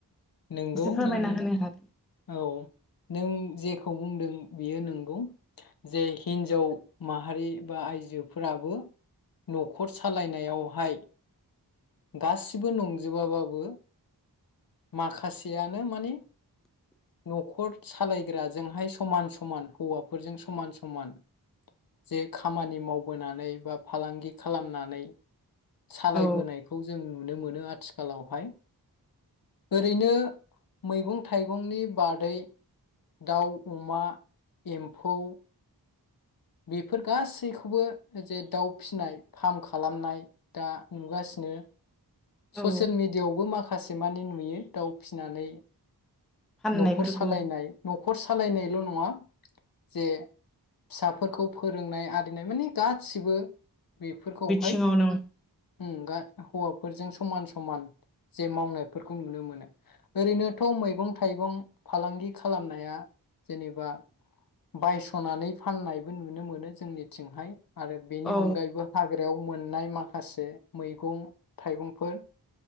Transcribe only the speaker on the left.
नोंगौ
नों
औ नों जे खौ बुंदों बियो नंगौ जे हिनजाव माहारि बा आइजोफोराबो न'खर सालायनायावहाय गासिबो नंजोबाबाबो माखासेयानो माने न'खर सालायग्राजोंहाय समान समान हौवाफोरजों समान समान जे खामानि मावबोनानै बा फालांगि खालामनानै सालायबोनाय
नुनो मोनो आथिखालावहाय ओरैनो मैगं-थाइगंनि बादै दाउ, अमा, एम्फौ बेफोर गासैखौबो जे दाउ फिसिनाय फार्म खालामनाय दा नुगासिनो ससियेल
मिडियाआवबो माखासे मानि नुयो दाउ फिसिनानै
न'खर सालायनाय न'खर सालायनायल' नङा जे फिसाफोरखौ फोरोंनाय आरिनाय माने गासिबो बेफोरखौहाय
उम गा हौवा फोरजों समान समान जे मावनायफोरखौ नुनो मोनो ओरैनोथ' मैगं-थाइगं फालांगि खालामनाया जेनेबा बायस'नानै फाननायबो नुनो मोनो जोंनिथिंहाय आरो बेनि
अनगायैबो हाग्रायाव मोननाय माखासे मैगं थाइगंफोर